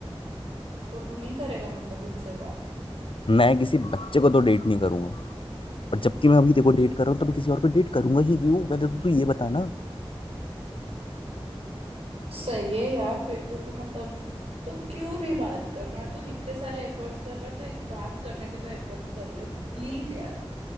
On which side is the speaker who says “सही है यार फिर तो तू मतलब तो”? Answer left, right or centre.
Right